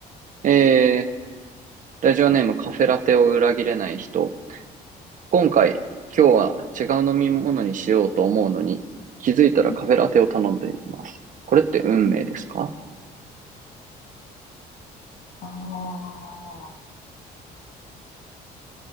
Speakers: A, on the right; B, on the left.
A: えー、ラジオネームカフェラテを裏切れない人。今回、今日は違う飲み物にしようと思うのに、気づいたらカフェラテを頼んでいます。
B: うん
A: これって運命ですか
B: うんああ、